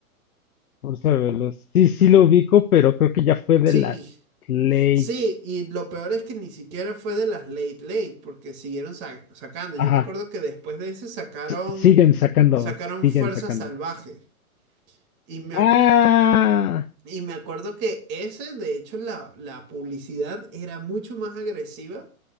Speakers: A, on the left; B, on the right.
A: Vamos a verlo. Sí, sí lo ubico, pero creo que ya fue de
B: Sí,
A: las Play.
B: sí, y lo peor es que ni siquiera fue de las late late, porque siguieron sa- sacando.
A: Ajá.
B: Yo me acuerdo que después de ese sacaron,
A: S- Siguen sacando,
B: sacaron
A: siguen
B: Fuerza
A: sacando.
B: Salvaje. Y me,
A: Ah,
B: ac- Y me acuerdo que ese, de hecho, la, la publicidad era mucho más agresiva